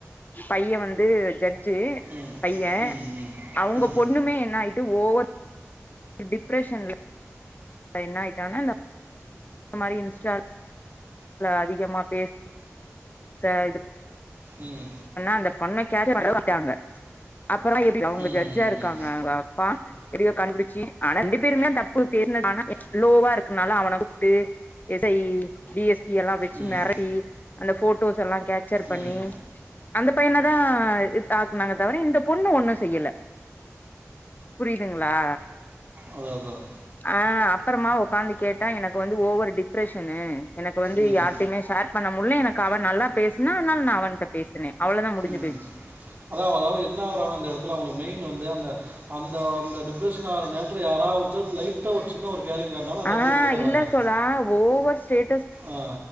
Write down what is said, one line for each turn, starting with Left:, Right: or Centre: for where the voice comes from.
Left: பையன் வந்து ஜட ஜர்ஜ்ஜி
Right: ம் ம்
Left: பையன்
Right: ம்
Left: அவங்க
Right: ம்
Left: பொண்ணுமே என்ன ஆயிட்டு ஒவர் டிப்ரெஷன்ல என்ன ஆயிட்டானா இந்த இந்த மாரி இன்ஸ்டால அதிகமா பேச ச இது
Right: ம்
Left: அந்த பொண்ண டார்ச்சர் பண்ற அளவுக்கு ஆயிட்டாங்க அப்புறோ அவங்க
Right: ம்
Left: ஜர்ஜா இருக்காங்க அவங்க அப்பா எப்டியோ கண்டுபுடிச்சி ஆனா ரெண்டு பேருமே தப்பு பேஸ்னது அவ லோவா இருக்குனால அவன கூப்ட்டு S I D S P எல்லா வெச்சி
Right: ம் ம்
Left: மெரட்டி அந்த போட்டோஸ் எல்லா கேச்சர் பண்ணி
Right: ம்
Left: அந்த பையன தா இது ஆக்குனாங்க தவிர இந்த பொண்ணு ஒண்ணு செய்யல புரியுதுங்களா
Right: அத அதான்
Left: அ அப்றமா ஒக்காந்து கேட்ட எனக்கு வந்து ஓவர் டிப்ரெஷனு எனக்கு வந்து
Right: ம்
Left: யாரிட்டையுமே ஷேர் பண்ண முட்ல எனக்கு அவ நல்லா பேசுனா அனால நா அவன்ட்ட பேசுனே அவ்ளோதா முடிஞ்சு
Right: ம்
Left: போயிச்சு
Right: அதா அதா என்னா ஆவுறானா அந்த எடத்துல அவுங்க மெயின் வந்து அந்த அந்த அந்த டிப்ரஷன் ஆவுற நேரத்துல யாரா ஒருத்தர் லைட்டா ஒரு சின்ன ஒரு கேரிங் காட்டினாலும் அந்த
Left: ஆ
Right: இடத்துல விழுந்துடுறாங்க
Left: இல்ல தோழா ஓவர் ஸ்டேட்டஸ்
Right: ஆ